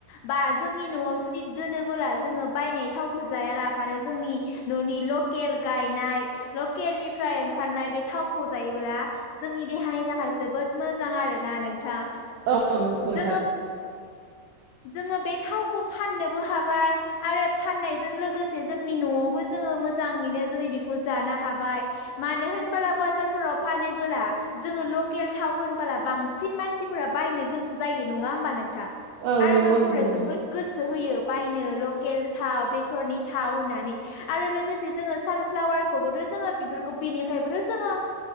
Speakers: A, on the left; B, on the right.
A: बा जोंनि न'आव जुदि दोनोबोला जोङो बायनाय थावखौ जाया लाानो जोंनि न'नि लकेल गायनाय लकेलनिफ्राय ओंखारनाय बे थावखौ जायोब्ला जोंनि देहानि थाखाय जोबोद मोजां आरोना नोंथां।
B: औ। नंगौ नोंथां
A: जोङो जोङो बे थावखौ फाननोबो हाबाय आरो फाननायजों लोगोसे जोंनि न'आवबो जोङो मोजां माने जोङो बिदिखौ जानो हाबाय मानो होनोब्ला बाजार फोराव फानोबोला - थाव होनबोला बांसिन मानसिफोरा बायनो गोसो जायो नङा होमबा नों
B: औ
A: आरो
B: नंगौ
A: मानसिफोरा
B: नोंथां नंगौ
A: जोबोद गोसो होयो बायनो लकेल थाव बेसरनि थाव होननानै आरो लोगोसे जोङो सानफ्लावार बोथ' जोङो बेफोरखौ बेनिफ्रायबोथ' जोङो